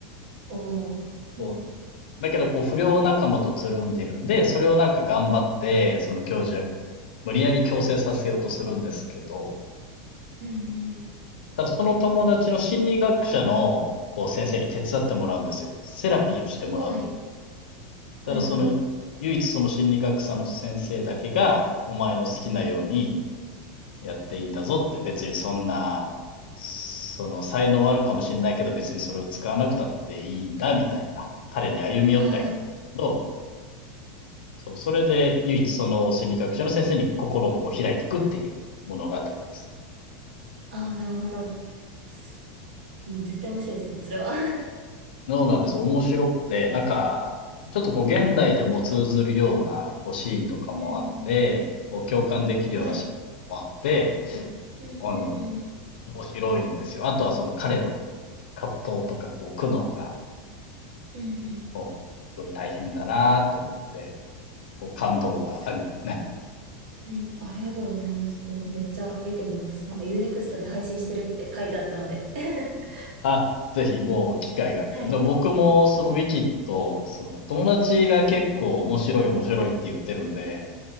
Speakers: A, on the right; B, on the left.
A: おお。うん
B: そうだけど、こう、不良仲間とつるんでるんで、それをなんか頑張って、その教授は無理やり強制させようとするんですけど、
A: うんうん
B: ただその友達の心理学者の、こう、先生に手伝ってもらうんですよ。セラピーをしてもらうんです。
A: うんはい。
B: ただその、
A: はいはい。
B: 唯一その心理学者の先生だけが、お前の好きなようにやっていいんだぞって別にそんな、その才能はあるかもしれないけど別にそれを使わなくたっていいんだみたいな、彼に歩み寄ってあげるんですけど、
A: あ
B: そう、それで唯一その心理学者の先生に心をこう開いていくっていう物語ですね。
A: あ、ああ、なるほど。すうん、絶対面白いですね、それは。<laughs>
B: そうなんです。面白くて、なんか、ちょっとこう現代でも通ずるようなこうシーンとかもあって、
A: うんうん
B: こう共感できるようなシーンとかもあって、
A: <laughs> はい。うんうんうん
B: あの、面白いんですよ。あとはその彼の葛藤とかこう苦悩が
A: うんうん
B: こう、すごい大変だなーって思って、こう、感動がありますね。
A: そう。うん、ありがとうございます。うん、めっちゃ見てみます。なんか u ネクストで配信してるって書いてあったので。<laughs>
B: あ、ぜひもう機会があったら。
A: はい。
B: でも僕もそのウィキッド、その友達が結構面白い面白いって言ってるんで、